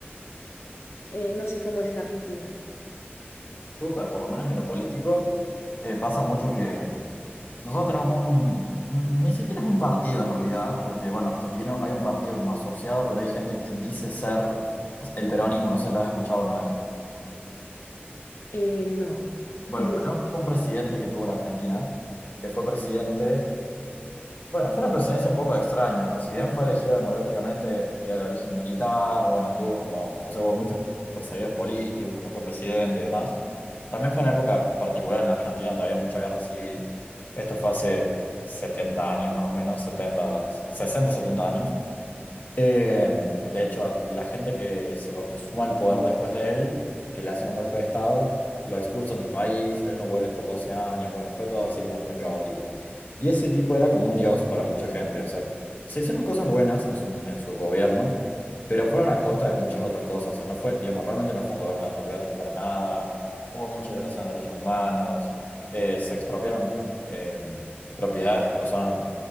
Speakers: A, on the left (about 80°); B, on the left (about 45°).
A: Eh, no sé cómo es en Argentina.
B: Súper, por lo menos en lo político, eh, pasa mucho que nosotros tenemos un, un- ni siquiera es un partido en realidad, porque bueno, o sea, tiene, hay un partido como asociado, pero hay gente que dice ser o sea, el peronismo, no sé si lo has escuchado una vez.
A: Eh, no.
B: Bueno,
A: ¿Qué es
B: pero
A: eso?
B: fue un presidente que tuvo la Argentina, que fue presidente Bueno, fue una presidencia un poco extraña, o sea, si bien fue elegida democráticamente, era de origen militar, bueno, tuvo como, o sea, hubo muchos perseguidos políticos cuando fue presidente y demás. También fue una época particular en la Argentina donde había mucha guerra civil. Esto fue hace 70 años más o menos, 70, 60, 70 años. Eh, de hecho, a la gente que se va- suma al poder después de él, que le hacen un golpe de estado, lo expulsan del país, él no vuelve por 12 años, bueno, fue todo así como muy caótico. Y ese tipo era como un dios para mucha gente, o sea, se hicieron cosas buenas en, su- en sus gobiernos, pero fueron a costa de muchas otras cosas, o sea, no fue, digamos, realmente no fue un gobierno democrático para nada, hubo mucha violación de derechos humanos, eh, se expropiaron eh, propiedades de personas